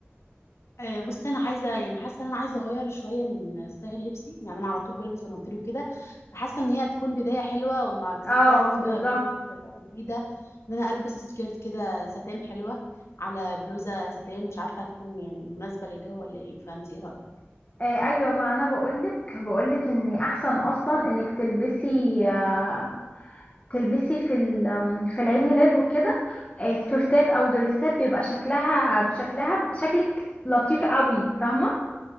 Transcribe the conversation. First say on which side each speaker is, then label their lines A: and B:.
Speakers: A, on the left; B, on the left.
A: آه، بص انا عايزه يعني حاسه ان انا عايزه اغير شويه من ستايل لبسي يعني انا على طول بلبس بناطيل وكده فحاسه ان هي هتكون بدايه حلوه ومع بالذات
B: اه
A: بقى تبقى
B: بالظبط
A: بدايه سنه جديده ان انا البس سكيرت كده ساتان حلوه على بلوزه ساتان مش عارفه هتكون يعني مناسبه للجو ولا ايه فانت ايه رايك
B: آه، ايوه ما انا بقولك بقولك ان احسن اصلا انك تلبسي آه، تلبسي في ال- في العيد ميلاد وكده آه، سكرتات او دريسات بيبقى شكلها بشكلها شكلك لطيف قوي فاهمه